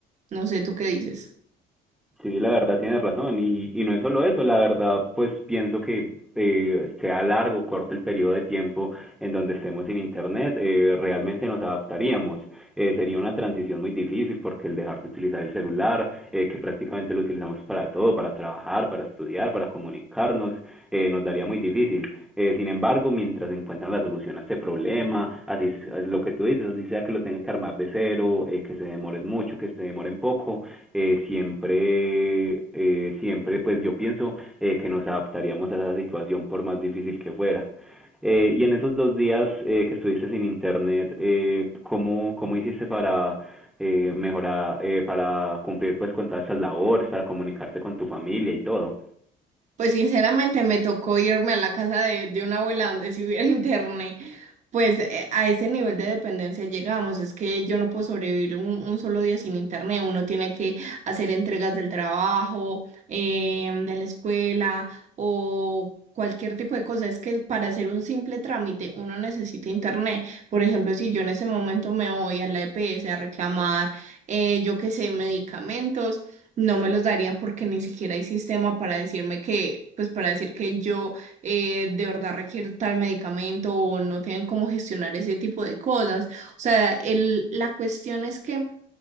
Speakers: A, on the right (about 45°); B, in the centre.
A: No sé, ¿tú qué dices?
B: Sí, la verdad tienes razón. Y, y no es solo eso, la verdad, pues pienso que eh, sea largo, o corto el periodo de tiempo en donde estemos sin Internet, eh, realmente nos adaptaríamos. Eh, sería una transición muy difícil porque el dejar de utilizar el celular, eh, que prácticamente lo utilizamos para todo, para trabajar, para estudiar, para comunicarnos, eh, nos daría muy difícil. Eh, sin embargo, mientras encuentran la solución a este problema, así lo que tú dices, así sea que lo tengan que armar de cero, eh, que se demoren mucho, que se demoren poco, eh, siempre, eh, siempre, pues yo pienso eh, que nos adaptaríamos a esa situación por más difícil que fuera. Eh, y en esos dos días eh, que estuviste sin internet, eh, ¿cómo, cómo hiciste para eh, mejorar, eh, para cumplir pues con todas esas labores, para comunicarte con tu familia y todo?
A: Pues sinceramente me tocó irme a la casa de, de una abuela donde si hubiera <laughs> internet. Pues eh, a ese nivel de dependencia llegamos, es que yo no puedo sobrevivir un, un solo día sin internet, uno tiene que hacer entregas del trabajo, em, de la escuela o cualquier tipo de cosa, es que para hacer un simple trámite uno necesita internet. Por ejemplo, si yo en ese momento me voy a la EPS a reclamar, eh, yo qué sé, medicamentos, no me los darían porque ni siquiera hay sistema para decirme que, pues para decir que yo eh, de verdad requiere tal medicamento o no tienen cómo gestionar ese tipo de cosas. O sea, el, la cuestión es que